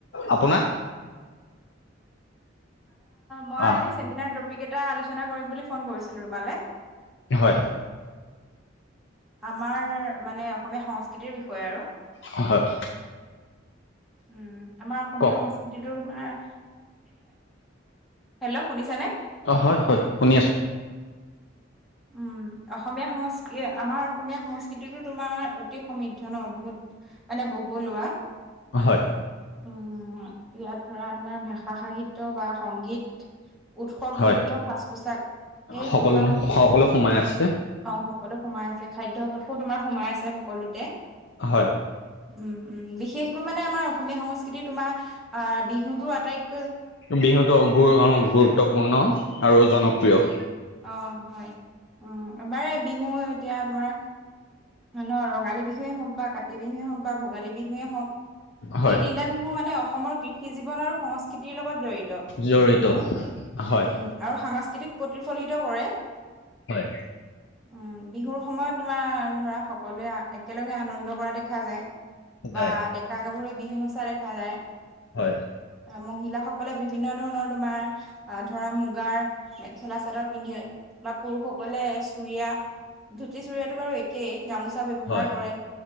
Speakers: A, on the left (about 65°); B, in the centre.
A: আপোনা?
B: মই আজি
A: অ
B: চেমিনাৰ টপিক এটা আলোচনা কৰিম বুলি ফোন কৰিছিলোঁ তোমালে।
A: হয়।
B: আমাৰ মানে অসমীয়া সংস্কৃতিৰ বিষয়ে আৰু।
A: হয়।
B: উম। আমাৰ অসমীয়া
A: কওক
B: সংস্কৃতিটো তোমাৰ হেল্ল' শুনিছানে?
A: অ হয় হয় শুনি আছো।
B: উম। অসমীয়া সংস্কৃ আমাৰ অসমীয়া সংস্কৃতিতো তোমাৰ অতি সমৃদ্ধ ন বহুত। মানে বহুলোৱা।
A: হয়।
B: উম। ইয়াত ধৰা তোমাৰ ভাষা সাহিত্য বা সংগীত উৎসৱ,
A: হয়
B: নৃত্য, সাজ পোচাক এই
A: সকলো
B: হওক বা
A: সকলো সোমাই আছে।
B: অ সকলো সোমাই আছে খাদ্যভাসো তোমাৰ সোমাই আছে সকলোতে।
A: হয়।
B: উম উম, বিশেষকৈ মানে আমাৰ অসমীয়া সংস্কৃতিৰ তোমাৰ আহ বিহুটো আটাইত
A: বিহুটো গুৰুত্বপূৰ্ণ আৰু জনপ্ৰিয়।
B: অ হয়। উম এবাৰে বিহু এতিয়া তোমাৰ ন ৰঙালী বিহুৱে হওক বা কাতি বিহুৱে হওক বা ভোগালী বিহুৱে হওক।
A: হয়
B: এই তিনিটা বিহু মানে অসমৰ কৃষি জীৱন আৰু সংস্কৃতিৰ লগত জড়িত
A: জড়িত
B: বিশেষকে।
A: হয়।
B: উম আৰু সাংস্কৃতিক প্ৰতিফলিত কৰে।
A: হয়।
B: উম। বিহুৰ সময়ত তোমাৰ ধৰা সকলোৱে একেলগে আনন্দ কৰা দেখা যায়।
A: যায়
B: বা ডেকা গাভৰু বিহু নচা দেখা যায়।
A: হয়।
B: মহিলাসকলে বিভিন্ন ধৰণৰ তোমাৰ ধৰা মুগাৰ মেখেলা-চাদৰ পিন্ধে বা পুৰুষসকলে চুৰিয়া-ধুতি চুৰিয়াটো বাৰু একেই। গামোচা ব্যৱহাৰ
A: হয়
B: কৰে।